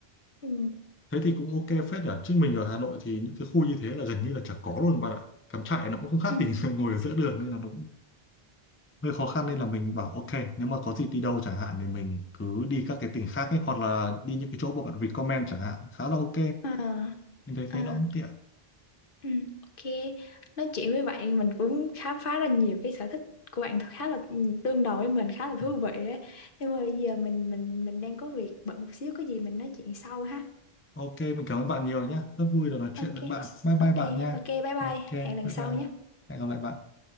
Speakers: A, on the left; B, on the left.
A: Ừ.
B: Thế thì cũng ok phết nhỉ. Chứ mình ở Hà Nội thì những cái khu như thế là gần như là chả có luôn bạn ạ. Cắm trại nó cũng không khác
A: Ừ.
B: gì <laughs> ngồi ở giữa đường nên là nó cũng hơi khó khăn nên là mình bảo ok nếu mà có dịp đi đâu chẳng hạn thì mình cứ đi các cái tỉnh khác ấy hoặc là đi những cái chỗ mà bạn recommend chẳng hạn khá là ok.
A: Ờ,
B: Mình thấy
A: ờ,
B: thế nó cũng tiện.
A: ừ, ok. Nói chuyện với bạn mình cũng khám phá ra nhiều cái sở thích của bạn khá là ừ, tương đồng với mình khá là thú
B: Ừ.
A: vị ấy. Nhưng mà bây giờ mình mình mình đang có việc bận một xíu có gì mình nói chuyện sau ha.
B: Ok, mình cảm ơn bạn nhiều nhé. Rất vui được nói chuyện
A: Ok.
B: với bạn. Bye
A: Ok,
B: bye bạn nha.
A: ok, bye bye.
B: Ok, bye
A: Hẹn lần sau
B: bye.
A: nhé.
B: Hẹn gặp lại bạn.